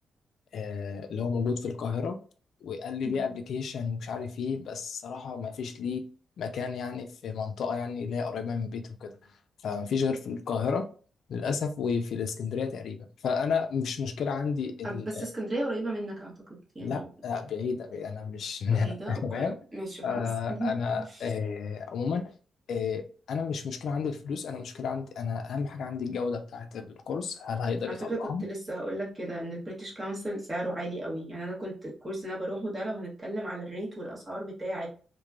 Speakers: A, on the left; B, on the right.
A: آه، اللي هو موجود في القاهرة وقال لي
B: مم.
A: ليه ابلكيشن ومش عارف ايه بس صراحة ما فيش ليه مكان يعني في منطقة يعني اللي هي قريبة من بيته وكده فما فيش غير في القاهرة للأسف وفي الإسكندرية تقريبا فأنا مش مشكلة عندي ال...
B: آه، بس اسكندريه قريبه منك اعتقد
A: <laughs>
B: يعني
A: لا آه، بعيدة بعيدة أنا مش من
B: بعيده
A: هنا <laughs>
B: اوكي
A: تمام
B: ماشي خلاص
A: آه،
B: <laughs>
A: أنا آه، عموما آه، أنا مش مشكلة عندي الفلوس أنا مشكلة عندي أنا أهم حاجة عندي الجودة بتاعة الكورس هل هيقدر
B: على
A: يطلعها؟
B: فكرة كنت لسه هقول لك كده ان البريتش كونسل سعره عالي قوي يعني انا كنت الكورس اللي انا بروحه ده لو هنتكلم على الريت والاسعار بتاعت